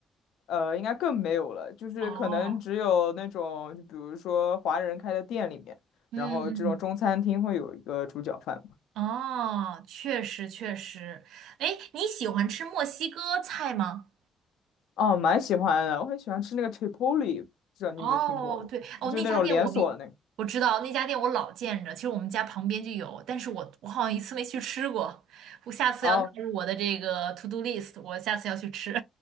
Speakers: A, on the left; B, on the right.
A: 呃，应该更没有了，就是可能只有那种，
B: 哦，
A: 就比如说华人开的店里面，
B: 嗯嗯。
A: 然后这种中餐厅会有一个猪脚饭嘛。
B: 哦，确实确实。哎，你喜欢吃墨西哥菜吗？
A: 哦，蛮喜欢的，我很喜欢吃那个 Chipotle，不知道你有没有听过？
B: 哦，对，哦，
A: 就那种连锁的那个。
B: 那家店我们我知道，那家店我老见着，其实我们家旁边就有，但是我我好像一次没去吃过，我下次要纳入我的这个
A: 哦，
B: to do list，我下次要去吃。